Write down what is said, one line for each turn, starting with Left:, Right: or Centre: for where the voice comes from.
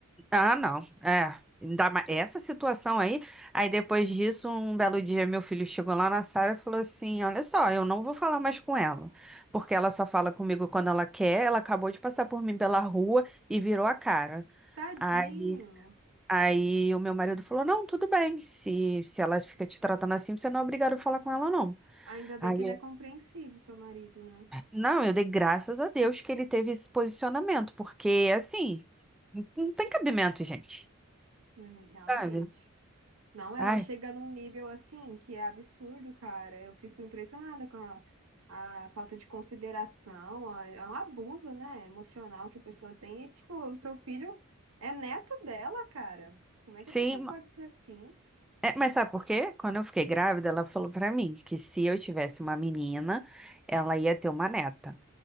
Centre: Ah, não. É, ainda mais essa situação aí. Aí depois disso, um belo dia meu filho chegou lá na sala e falou assim: "Olha só, eu não vou falar mais com ela, porque ela só fala comigo quando ela quer. Ela acabou de passar por mim pela rua e virou a cara".
Right: Tadinho.
Centre: Aí Aí o meu marido falou: Não, tudo bem. Se, se ela fica te tratando assim, você não é obrigado a falar com ela, não.
Right: Ainda bem
Centre: Aí
Right: que ele é compreensivo, seu marido, né?
Centre: Não, eu dei graças a Deus que ele teve esse posicionamento, porque assim, n- não tem cabimento, gente,
Right: É, realmente.
Centre: sabe?
Right: Não, ela
Centre: Ai,
Right: chega num nível assim que é absurdo, cara. Eu fico impressionada com a, a falta de consideração, a- é um abuso, né, emocional que a pessoa tem. E, tipo, o seu filho é neto dela, cara. Como
Centre: sim,
Right: é que a pessoa pode
Centre: ma-
Right: ser assim?
Centre: é, mas sabe por quê? Quando eu fiquei grávida, ela falou pra mim que se eu tivesse uma menina, ela ia ter uma neta.